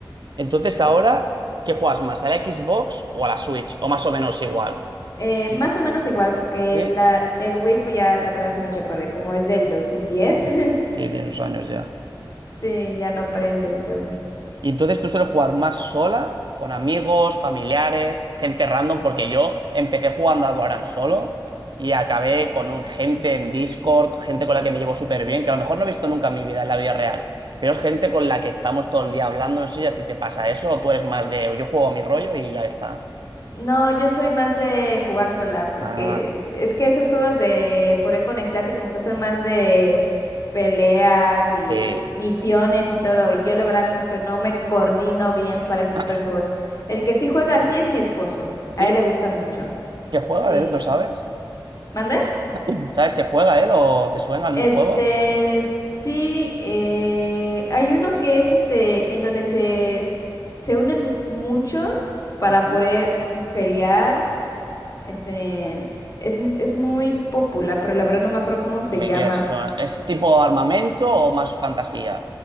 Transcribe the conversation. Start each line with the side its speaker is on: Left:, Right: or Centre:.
Right: Entonces, ahora, ¿qué juegas más? ¿A la Xbox o a la Switch? O más o menos igual.
Left: Eh, más o menos igual, porque
Right: ¿Sí?
Left: la, el Wii, pues ya la verdad se me echó a perder, como es del dos mil diez <laughs>
Right: Sí, tiene sus años ya.
Left: Sí, ya no prende y todo.
Right: Y entonces tú sueles jugar más sola, con amigos, familiares, gente random, porque yo empecé jugando al Valorant solo y acabé con un gente en Discord, gente con la que me llevo súper bien, que a lo mejor no he visto nunca en mi vida, en la vida real, pero es gente con la que estamos todo el día hablando. No sé si a ti te pasa eso o tú eres más de yo juego a mi rollo y ya está.
Left: No, yo soy más de jugar sola, porque
Right: Ah,
Left: es que esos juegos de poder conectarte como que son más de peleas y
Right: sí.
Left: misiones y todo. Y yo la verdad como que no me coordino bien para ese
Right: <laughs>
Left: tipo de juegos. El que sí juega así es mi esposo.
Right: ¿Sí?
Left: A él le gusta mucho.
Right: ¿Qué juega
Left: Sí.
Right: él? ¿Lo sabes?
Left: ¿Mande?
Right: <laughs> ¿Sabes que juega él o te suena el
Left: Este,
Right: juego?
Left: sí, eh, hay uno que es este, en donde se, se unen muchos para
Right: Ujú.
Left: poder pelear. Este, es, es muy popular, pero la verdad no me acuerdo cómo se
Right: Me
Left: llama.
Right: quieres sonar. ¿Es tipo armamento o más fantasía?